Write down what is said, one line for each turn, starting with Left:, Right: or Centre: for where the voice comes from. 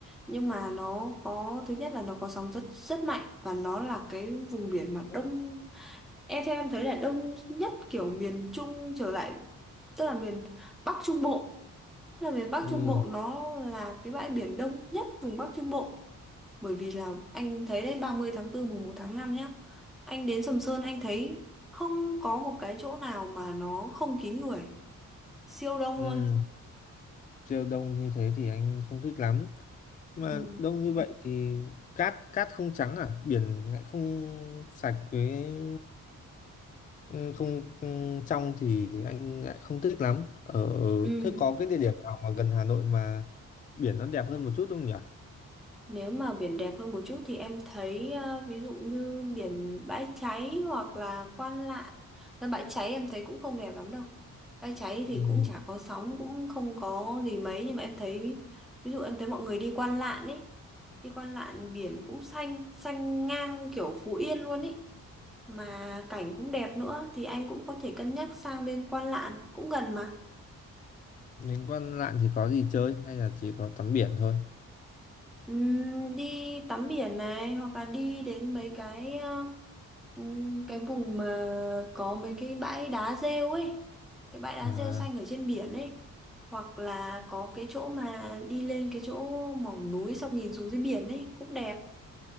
Centre: Nhưng mà nó có Thứ nhất là nó có sóng rất rất mạnh Và nó là cái vùng biển mà đông Em theo em thấy là đông nhất kiểu miền Trung trở lại Tức là miền Bắc Trung Bộ Tức là miền Bắc
Left: ừ
Centre: Trung Bộ nó là cái bãi biển đông nhất vùng Bắc Trung Bộ bởi vì là anh thấy đấy 30 tháng 4 mùng một tháng 5 nhá. Anh đến Sầm Sơn anh thấy không có một cái chỗ nào mà nó không kín người. Siêu đông
Left: ừ
Centre: luôn.
Left: siêu đông như thế thì anh không thích lắm mà
Centre: Ừ.
Left: đông như vậy thì cát cát không trắng à biển lại không sạch với ừ, không ừ, trong thì anh lại không thích lắm ở
Centre: Ừ.
Left: thế có cái địa điểm nào mà gần Hà Nội mà biển nó đẹp hơn một chút không nhỉ
Centre: Nếu mà biển đẹp hơn một chút thì em thấy ờ, ví dụ như biển Bãi Cháy hoặc là Quan Lạn. Là Bãi Cháy em thấy cũng không đẹp lắm đâu. Bãi Cháy thì
Left: ừ
Centre: cũng chả có sóng cũng không có gì mấy nhưng mà em thấy ví dụ em thấy mọi người đi Quan Lạn ấy. Đi Quan Lạn biển cũng xanh, xanh ngang kiểu Phú Yên luôn ấy. mà cảnh cũng đẹp nữa thì anh cũng có thể cân nhắc sang bên Quan Lạn cũng gần mà
Left: Đến Quan Lạn thì có gì chơi hay là chỉ có tắm biển thôi?
Centre: Ừm, đi tắm biển này hoặc là đi đến mấy cái ờ, ừm, cái vùng mà có mấy cái bãi đá rêu ấy cái bãi đá
Left: À,
Centre: rêu xanh ở trên biển ấy hoặc là có cái chỗ mà đi lên cái chỗ mỏm núi xong nhìn xuống dưới biển ấy cũng đẹp